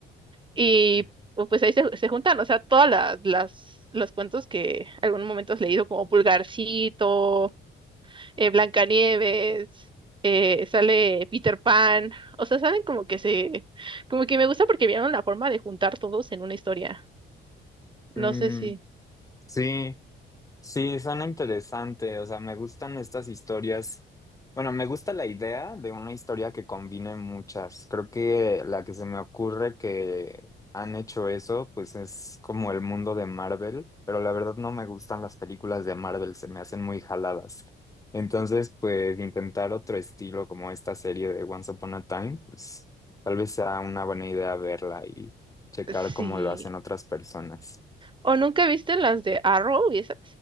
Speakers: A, on the right; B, on the left.
A: Y
B: Mm,
A: pu- pues ahí se, se juntan, o sea, todas la- las, los cuentos que algún momento has leído, como Pulgarcito, eh, Blancanieves, eh, sale Peter Pan, o sea, saben como que se, como que me gusta porque vieron la forma de juntar todos en una historia.
B: mm,
A: No sé si,
B: sí, Sí, suena interesante, o sea, me gustan estas historias. Bueno, me gusta la idea de una historia que combine muchas. Creo que la que se me ocurre que han hecho eso, pues es como el mundo de Marvel, pero la verdad no me gustan las películas de Marvel, se me hacen muy jaladas. Entonces, pues intentar otro estilo como esta serie de Once Upon a Time, pues tal vez sea una buena idea verla y checar
A: ujú,
B: cómo
A: sí.
B: lo hacen otras personas.
A: ¿O nunca viste las de Arrow y esas?